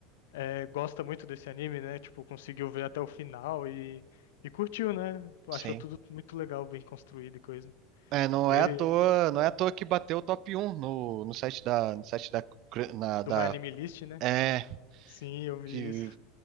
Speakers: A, on the left; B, on the right.
A: é, gosta muito desse anime, né? Tipo, conseguiu ver até o final e, e curtiu, né? Achou
B: sim.
A: tudo muito legal, bem construído e coisa.
B: É, não
A: Foi
B: é à toa, não é à toa que bateu o top um no, no site da, no site da, cr- na-
A: do
B: da,
A: My Anime List, né?
B: é,
A: Sim, eu vi
B: que,
A: isso.